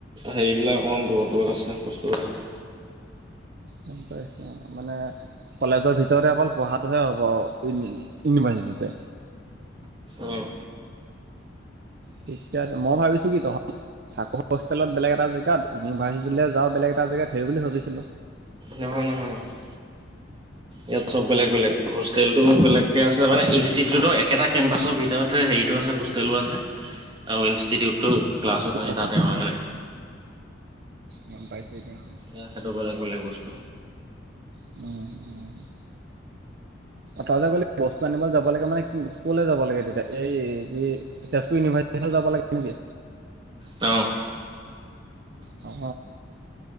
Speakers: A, on the right; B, on the right.
A: হেৰিবিলাক অকণমান দূৰত দূৰত আছে বস্তুবিলাক।
B: গম পাইছোঁ অ। মানে কলেজৰ ভিতৰতে অকল পঢ়াটোহে হ'ব আও, ই ইউনিভাৰ্চিটিতে।
A: উম
B: ঠিকে আছে মই ভাবিছো কি তহঁত থাক হোষ্টেলত বেলেগ এটা জেগাত ইউনিভাৰ্চিটিলে যাওঁ বেলেগ এটা জেগাত, সেই বুলি ভাবিছিলো।
A: নহয় নহয় নহয়, ইয়াত চব বেলেগ বেলেগ হোষ্টেল টো বেলেগকে আছে মানে ইনষ্টিটিউটৰ একেটা কেম্পাছৰ ভিতৰতে হেৰিতটো আছে হোষ্টেলো আছে। আৰু ইনষ্টিউটটো ক্লাছত আহি
B: আছে
A: তাতে হয় মানে।
B: গম পাইছো এতিয়া।
A: এ সেইটো বেলেগ বেলেগ বস্তু।
B: <unintelligible> তই যে কলি বস্ত- টো আনিবলে যাব লাগে মানে কি? কলে যাব লাগে তেতিয়া এই কি তেজপুৰ ইউনিভাৰ্চিটি যাব লাগে নেকি?
A: অ।
B: অ।